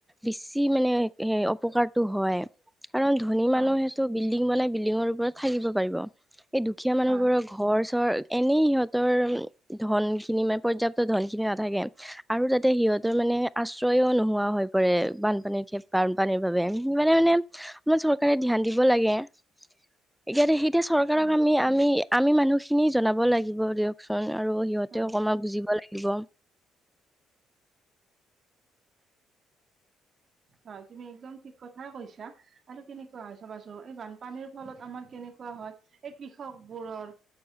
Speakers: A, in the centre; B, on the right.
A: বেছি মানে সেই অপকাৰতো হয়। কাৰণ ধনী মানুহেটো
B: হয়
A: বিল্ডিং বনাই বিল্ডিঙৰ ওপৰত থাকিব পাৰিব। এই দুখীয়া মানুহবোৰৰ
B: হয়
A: ঘৰ চৰ এনেই সিহঁতৰ ধন খিনি মানে পৰ্যাপ্ত ধন খিনি নাথাকে, আৰু তাতে সিহঁতৰ
B: হয়
A: মানে আশ্ৰয়ও নোহোৱা হয় কৰে বানপানীৰ খে বানপানীৰ বাবে সেই মানে মানে চৰকাৰে ধ্যান দিব লাগে। এতিয়াতো সেইটো চৰকাৰক
B: হয়
A: আমি আমি আমি মানুহখিনি জনাব লাগিব দিয়কচোন। আৰু সিহঁতেও
B: হয়
A: অকমান বুজিব লাগিব।
B: হয় তুমি একদম ঠিক কথা কৈছা আৰু কেনেকুৱা হয় চাবাচোন এই বানপানীৰ ফলত আমাৰ কেনেকুৱা হয় এই কৃষক বোৰৰ